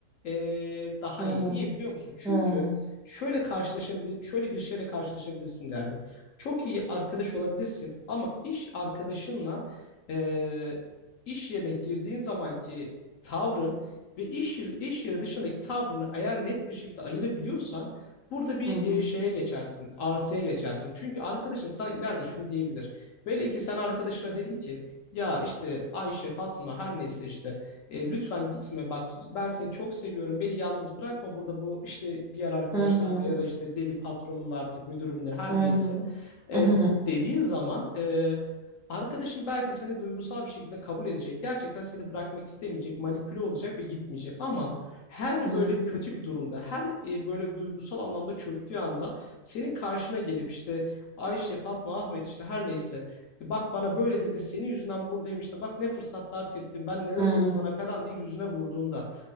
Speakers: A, on the left; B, in the centre.
A: e, daha
B: hı
A: iyi. Niye biliyor musun? Çünkü
B: hı hı
A: şöyle karşılaşabilir, şöyle bir şeyle karşılaşabilirsin derdi. Çok iyi arkadaş olabilirsin ama iş arkadaşınla e, iş yerine girdiğin zamanki tavrın ve iş yeri, iş yeri dışındaki tavrını eğer net bir şekilde ayırabiliyorsan burada bir
B: hı hı
A: e, şeye geçersin, arsaya geçersin. Çünkü arkadaşın sana ileride şunu diyebilir. Velev ki sen arkadaşına dedin ki ya işte Ayşe, Fatma her neyse işte e, lütfen gitme bak ben seni çok seviyorum beni yalnız bırakma burada bu işte diğer arkadaşlarla
B: hı
A: ya da işte deli patronumla artık müdürümle her
B: hı
A: neyse. E,
B: hı
A: bu dediğin zaman e, arkadaşın belki seni duygusal bir şekilde kabul edecek. Gerçekten seni bırakmak istemeyecek, manipüle olacak ve gitmeyecek. Ama her
B: hı
A: böyle
B: hı,
A: kötü bir durumda, her e, böyle duygusal anlamda çöktüğü anda senin karşına gelip işte Ayşe, Fatma, Ahmet işte her neyse "E bak bana böyle dedin, senin yüzünden buradayım işte bak ne fırsatlar teptim, ben neler
B: hı.
A: oldu bana falan diye yüzüne vurduğunda